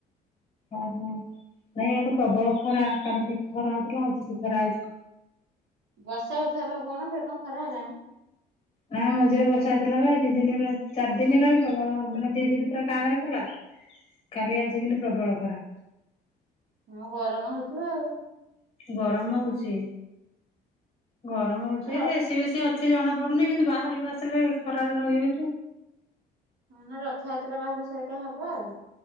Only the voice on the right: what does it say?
ବର୍ଷା ହଉଥିବା ବା କଣ ଫ କଣ ଖରା ହେଲାଣି
ହ
ହଁ ଗରମ ହଉଥିବ ଆଉ
ର
ମାନ ରଥଯାତ୍ରା ବାହାର ସାରିକା ହବ ଆଉ